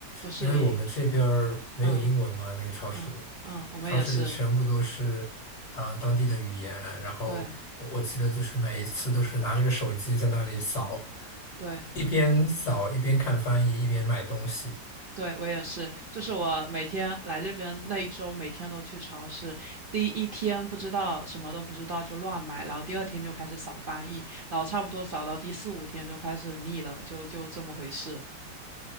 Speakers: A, on the right; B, on the left.
A: 不适应，
B: 因为我们这边儿没有英文嘛，
A: 嗯
B: 那个超市里，
A: 嗯嗯，我们也是，
B: 超市里全部都是啊、当地的语言，然后我我记得就是每一次都是拿着个手机在那里扫，
A: 对对
B: 一边扫一边看翻译，一边买东西。
A: 对，我也是，就是我每天来这边那一周，每天都去超市，第一天不知道什么都不知道就乱买，然后第二天就开始扫翻译，然后差不多扫到第四五天就开始腻了，就就这么回事。